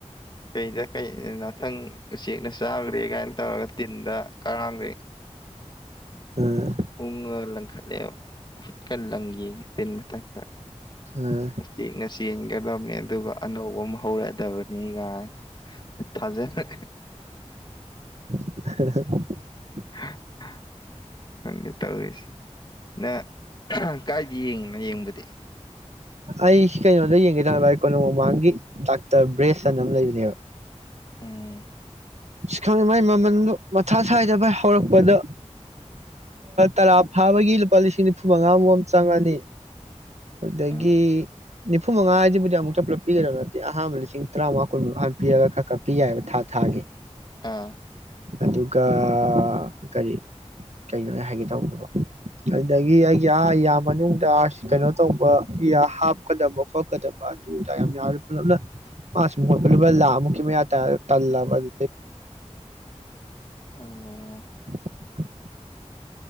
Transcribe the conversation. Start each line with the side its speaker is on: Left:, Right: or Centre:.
Left: ꯀꯩꯗ ꯀꯩ ꯅꯇꯪ ꯎꯆꯦꯛꯅꯆꯥꯒ꯭ꯔꯦ ꯒꯥꯏꯅ ꯇꯧꯔꯒ ꯇꯤꯟꯗ ꯀꯔꯥꯝꯒꯦ
Right: ꯑꯥ
Left: ꯎꯪꯉꯒ ꯂꯪꯈꯠꯂꯦꯕ ꯍꯨꯠꯀ ꯂꯪꯒꯦꯌꯦ ꯇꯤꯟ ꯃꯊꯛꯇ
Right: ꯑꯥ
Left: ꯉꯁꯤ ꯉꯁꯤ ꯀꯦꯕꯜꯃꯦꯟꯗꯨꯒ ꯑꯅꯧꯕ ꯑꯃ ꯍꯧꯔꯛꯑꯗꯕꯅꯤꯒꯥꯏꯅ ꯊꯥꯖꯔꯦ
Right: ꯍꯥ ꯍꯥ
Left: <unintelligible> ꯈꯪꯗꯦ ꯇꯧꯔꯤꯁꯦ ꯅ ꯀꯥꯏꯗ ꯌꯦꯡꯉꯤꯅꯣ ꯌꯦꯡꯕꯗꯤ
Right: ꯑꯩꯁꯤ ꯀꯩꯅꯣꯗ ꯌꯦꯡꯒꯦꯇꯧꯕ ꯑꯩ ꯀꯣꯅꯨꯡ ꯃꯃꯥꯡꯒꯤ ꯗꯥꯛꯇꯔ ꯕ꯭ꯔꯦꯁꯟꯅ ꯑꯃ ꯂꯩꯕꯅꯦꯕ
Left: ꯎꯝ
Right: ꯈꯪ ꯗꯦ ꯃꯥꯏ ꯃꯃꯟꯗꯣ ꯃꯊꯥ ꯁꯥꯏꯗ ꯚꯥꯏ ꯍꯧꯔꯛꯄꯗ ꯇꯔꯥ ꯐꯥꯕꯒꯤ ꯂꯨꯄꯥ ꯂꯤꯁꯤꯡ ꯅꯤꯐꯨ ꯃꯉꯥꯃꯨꯝ ꯆꯪꯉꯅꯤ ꯑꯗꯨꯗꯒꯤ
Left: ꯎꯝ
Right: ꯅꯤꯐꯨꯉꯥꯁꯤꯕꯨꯗꯤꯨꯛꯇ ꯄꯨꯂꯞ ꯄꯤꯒꯗꯕ ꯅꯠꯇꯦ ꯑꯍꯥꯟꯕ ꯂꯤꯁꯤꯡ ꯇꯔꯥꯃꯉꯥ ꯀꯨꯟꯃꯨꯛ ꯄꯤꯔꯒ ꯈꯔ ꯈꯔ ꯄꯤ ꯌꯥꯏ ꯍꯥꯏꯕ ꯊꯥ ꯊꯥꯒꯤ
Left: ꯑꯥ
Right: ꯑꯗꯨꯒ ꯀꯔꯤ ꯀꯩꯅꯣ ꯍꯥꯏꯒꯦ ꯇꯧꯕꯗꯕ ꯑꯗꯨꯗꯒꯤ ꯑꯩꯒꯤ ꯑꯥ ꯌꯥ ꯃꯅꯨꯡꯗ ꯀꯩꯅꯣ ꯇꯧꯕ ꯏ ꯍꯥꯞꯀꯗꯕ ꯈꯣꯠꯀꯗꯕ ꯑꯗꯨꯗ ꯌꯥꯝ ꯌꯥꯔ ꯄꯨꯜꯂꯞꯅ ꯃꯥꯁꯤ ꯃꯣꯏ ꯄꯨꯂꯞ ꯂꯥꯃꯨꯛꯀꯤ ꯃꯌꯥ ꯇꯥ ꯇꯜꯂꯕ ꯑꯗꯨꯗꯩ
Left: ꯑꯣ
Right: <inaudible>